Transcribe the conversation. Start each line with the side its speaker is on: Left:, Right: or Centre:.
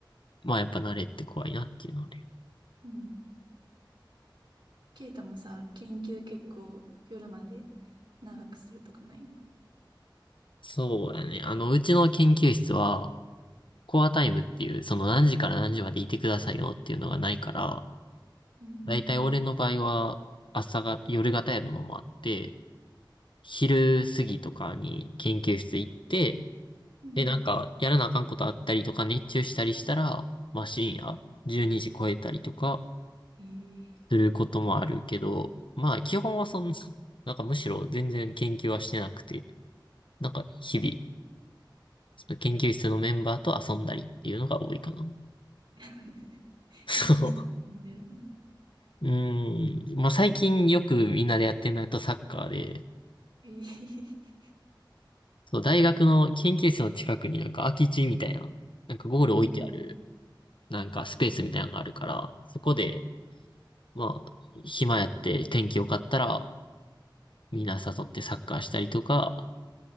Left: まあやっぱ慣れって怖いなっていうので。
Right: うん。ケイタもさ、研究結構夜まで長くするとかないの
Left: そうだね。あの、うちの研究室は、コアタイムっていう、その何時から何時までいてくださいよっていうのがないから、
Right: うーん。
Left: だいたい俺の場合は、朝が、夜型やるのもあって、昼過ぎとかに研究室行って、
Right: うん。
Left: で、なんか、やらなあかんことあったりとか、熱中したりしたら、まあ深夜、12時超えたりとか、
Right: ええ
Left: することもあるけど、まあ基本はそんな、<laughs> なんかむしろ全然研究はしてなくて、なんか日々、その研究室のメンバーと遊んだりっていうのが多いかな。
Right: <laughs>
Left: <laughs> そう。
Right: 何したの飲んでるの
Left: うーん。まあ最近よくみんなでやってるのやとサッカーで、
Right: ええ
Left: そう、大学の研究室の近くになんか空き地みたいな、なんかゴール置いてある、
Right: うん。
Left: なんかスペースみたいなのがあるから、そこで、まあ、暇やって天気良かったら、みんな誘ってサッカーしたりとか、